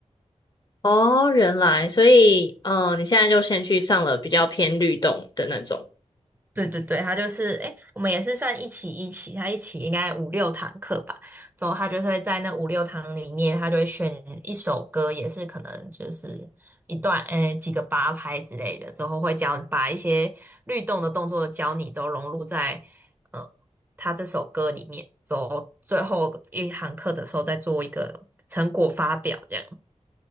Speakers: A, on the left; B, on the right.
A: 哦，原来，所以，呃，你现在就先去上了比较偏律动的那种。
B: 对对对，他就是诶，我们也是算一起一起，他一起应该五六堂课吧。之后他就是会在那五六堂里面，他就会选一首歌，也是可能就是一段诶几个八拍之类的。之后会教把一些律动的动作教你，之后融入在呃他这首歌里面。之后最后一堂课的时候再做一个成果发表，这样。